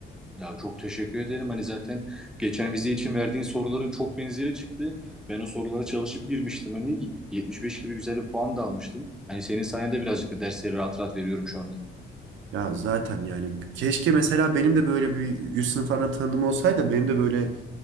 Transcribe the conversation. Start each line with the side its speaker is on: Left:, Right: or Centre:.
Centre: Ya çok teşekkür ederim. Hani zaten geçen vize için verdiğin soruların çok benzeri çıktı. Ben o sorulara çalışıp girmiştim. Hani 75 gibi güzel bir puan da almıştım. Hani senin sayende birazcık da dersleri rahat rahat veriyorum şu anda.
Right: Ya zaten yani keşke mesela benim de böyle bir üst sınıflardan tanıdığım olsaydı benim de böyle